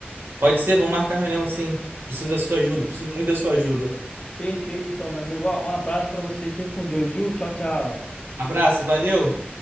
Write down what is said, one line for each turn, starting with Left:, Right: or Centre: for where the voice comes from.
Right: Pode ser, vamos marcar a reunião, sim. Preciso
Left: Então,
Right: da sua ajuda, preciso muito da sua ajuda.
Left: perfeito, então, meu amigo. Ó, Um abraço para você, fica com Deus, viu? Tchau, tchau.
Right: Abraço, valeu!